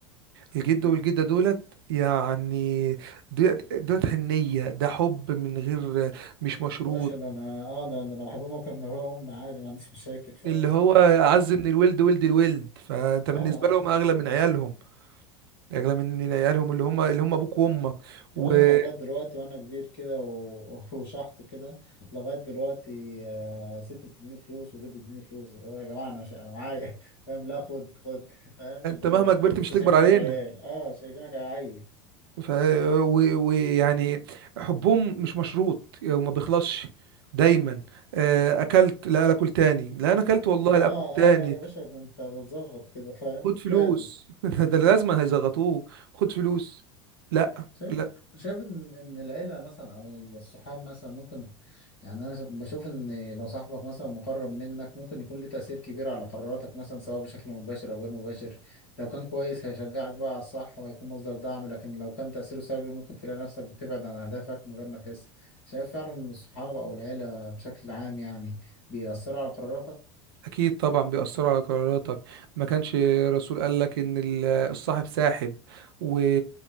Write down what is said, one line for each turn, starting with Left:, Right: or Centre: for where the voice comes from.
Right: الجد
Left: مم.
Right: والجده دولت يعني دولت دولت حنيه ده حب من غير مش مشروط
Left: يا باشا ده انا اه ده, ده انا بحبهم اكتر من ابويا وامي عادي ما عنديش مشاكل فاهم
Right: اللي هو اعز من الولد ولد الولد فانت
Left: اه
Right: بالنسبه
Left: اه
Right: لهم اغلى من عيالهم اغلى من عيالهم اللي هم اللي هم ابوك وامك وانت
Left: يا باشا انا لغايه دلوقتي وانا كبير كده و- <laughs> وشحط كده لغايه دلوقتي آه، ستي بتديني فلوس وجدي بيديني فلوس اللي هو يا جماعه انا مش انا معايا <laughs> فاهم لا خد خد <laughs> فاهم اللي
Right: مهما
Left: هو
Right: كبرت
Left: لسه
Right: مش تكبر
Left: شايفينك
Right: علينا
Left: عيال اه شايفينك عيل
Right: ف و- ويعني حبهم مش مشروط وما بيخلصش دايما آه، اكلت لا لا اكل تاني لا انا اكلت والله
Left: اه
Right: لا اكل تاني
Left: اه لا يا باشا ده انت هتتظبط كده فاهم
Right: خد فلوس
Left: لازم
Right: <laughs> ده لازم هيزغطوه خد فلوس لا
Left: شايف
Right: لا
Left: شايف ان ان العيله مثلا او الصحاب مثلا ممكن يعني انا بشوف ان لو صاحبك مثلا مقرب منك ممكن يكون له تاثير كبير على قراراتك مثلا سواء بشكل مباشر او غير مباشر لو كان كويس هيشجعك بقى على الصح وهيكون مصدر دعم لكن لو كان تاثيره سلبي ممكن تلاقي نفسك بتبعد عن اهدافك من غير ما تحس شايف فعلا ان الصحاب او العيله بشكل عام يعني بيأثروا على قراراتك
Right: اكيد طبعا بيأثروا على قراراتك ما كانش الرسول قال لك ان ال- الصاحب ساحب و...